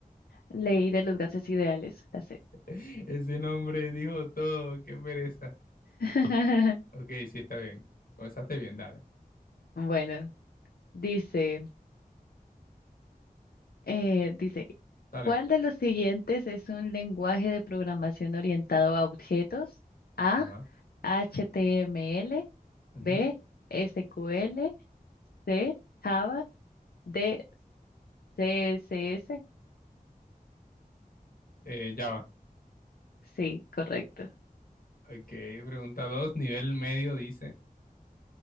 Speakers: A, on the left; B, on the left.
A: Leí de los gases ideales, la sé.
B: <laughs> Ese nombre dijo todo. Qué pereza.
A: <laughs>
B: Ok, sí, está bien. Comenzaste bien, dale.
A: Bueno, dice, eh, dice,
B: Dale.
A: ¿cuál de los siguientes es un lenguaje de programación orientado a objetos? A,
B: Ajá.
A: HTML,
B: ujú.
A: B, SQL, C, Java, D, CSS.
B: Eh, ya va.
A: Sí, correcto.
B: Ok, pregunta 2, Nivel medio dice: